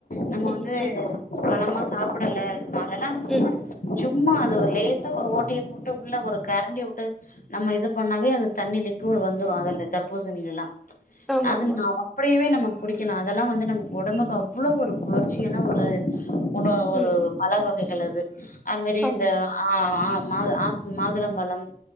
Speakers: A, on the left; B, in the centre.
A: நம்ம
B: ம்
A: வந்து
B: ம்
A: பழமா சாப்புடல அதெல்லா வந்து
B: ம்
A: <inaudible> சும்மா அது ஒரு லேசா ஒரு ஓட்டய போட்டு உள்ள ஒரு கரண்டிய வி ட்டு நம்ம இது பண்ணாவே அது தண்ணி லிக்விட் வந்துறு அதுல தர்பூசணி எல்லா
B: ஆமா
A: அது
B: ஆமா
A: நா அப்டியவே நம்ம குடிக்கணு அதெல்லா வந்து நமக்கு ஒடம்புக்கு அவ்ளோ ஒரு குளிர்ச்சியான ஒரு உ ஒரு
B: ம்
A: பல வகைகள் அது அது மாரி
B: ஆமா
A: இந்த ஆ ஆ மாது ஆ மாதுளம்பழம்